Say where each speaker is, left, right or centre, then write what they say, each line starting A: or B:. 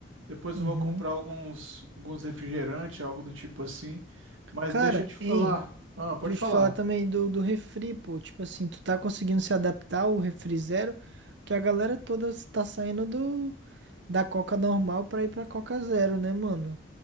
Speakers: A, on the right; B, on the right.
A: Depois
B: Uhum.
A: eu vou comprar alguns, alguns refrigerantes, algo do tipo assim. Mas
B: Cara,
A: deixa eu te falar.
B: hein?
A: Ah, pode
B: Deixa
A: falar.
B: eu te falar também do, do refri, pô. Tipo assim, tu tá conseguindo se adaptar ao refri zero, que a galera toda tá saindo do da Coca normal pra ir pra Coca zero, né, mano?